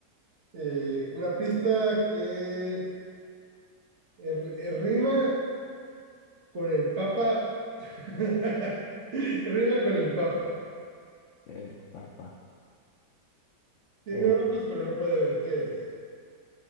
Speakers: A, on the right; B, on the left.
A: Eh, una pista que r- eh, rima con el Papa. <laughs> Rima con el Papa.
B: El papá.
A: Tiene
B: Eh,
A: ojos, pero no puede ver. ¿Qué es?